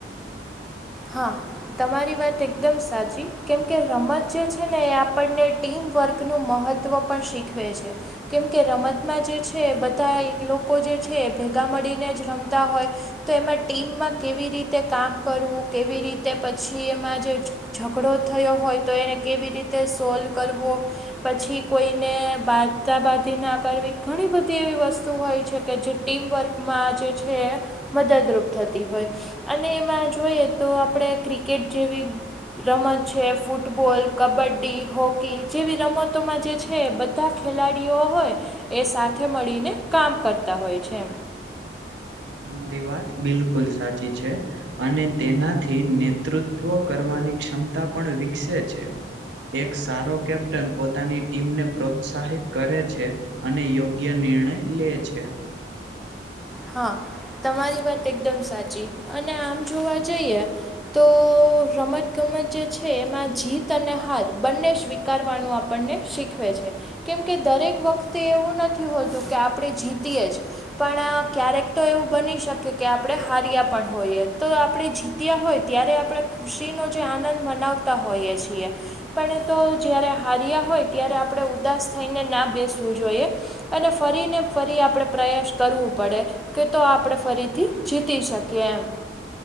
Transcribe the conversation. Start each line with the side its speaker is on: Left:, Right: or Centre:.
Centre: હા. તમારી વાત એકદમ સાચી કેમકે રમત જે છે ને એ આપણને ટીમવર્કનું મહત્ત્વ તત્વ પણ શીખવે છે. કેમકે રમતમાં જે છે બધા લોકો જે છે ભેગા મળીને જ રમતા હોય. તો એમાં ટીમમાં કેવી રીતે કામ કરવું કેવી રીતે પછી એમાં જે ઝઘડો થયો હોય તો એને કેવી રીતે સોલ્વ કરવો. પછી કોઈને બાંધતાંબધી ના કરવી ઘણી બધી એવી વસ્તુ હોય છે કે જે ટીમવર્કમાં જે છે મદદરૂપ થતી હોય અને એમાં જોઈએ તો આપણે ક્રિકેટ જેવી રમત છે ફૂટબોલ કબડ્ડી હોકી જેવી રમતોમાં જે છે બધા ખેલાડીઓ હોય એ સાથે મળીને કામ કરતા હોય છે.
Right: તમારી વાત બિલકુલ સાચી છે. અને તેનાથી નેતૃત્વ કરવાની ક્ષમતા પણ વિકસે છે. એક સારો કેપ્ટન પોતાની ટીમને પ્રોત્સાહિત કરે છે. અને યોગ્ય નિર્ણય લે છે.
Centre: હા તમારી વાત એકદમ સાચી અને આમ જોવા જઈએ તો રમત ગમત જે છે એમાં જીત અને હાર બંને સ્ કરવાનું આપણને શીખવે છે. કેમ કે દરેક વખતે એવું નથી હોતું, કે આપણે જીતીએ જ પણ. ક્યારેક તો એવું બની શકે કે, આપણે હાર્યા પણ હોઈએ, તો આપણે જીત્યા હોય, ત્યારે આપણે ખૃષીનો જે આનંદ મનાવતા હોઈએ છીએ. પણ એ તો જ્યારે હાર્યા હોય, ત્યારે આપણે ઉદાસ થઈને ના બેસવું જોઈએ. અને ફરીને, ફરી આપણે પ્રયાસ કરવું. પડે કે, તો આપણે ફરીથી જીતી શકીએ એમ.